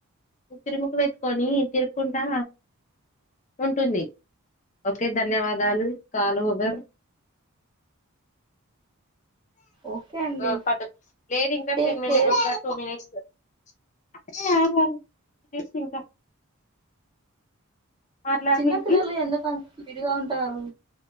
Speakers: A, on the left (about 35°); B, on the right (about 20°).
A: ఉకురి ముక్కు పెట్టుకొని తిరుక్కుంటా ఉంటుంది ఓకే ధన్యవాదాలు కాలు ఓవర్
B: ఓకే అండి
A: ఒ పటు లేదు ఇంకా
B: టేక్
A: టెన్ మినిట్
B: కేర్
A: ఒక టూ మినిట్స్ అరేరే చెప్పు ఇంకా మాట్లాడు
B: చిన్న
A: మిల్కీ
B: పిల్లలు ఎందుకు అన్ విడిగా ఉంటారు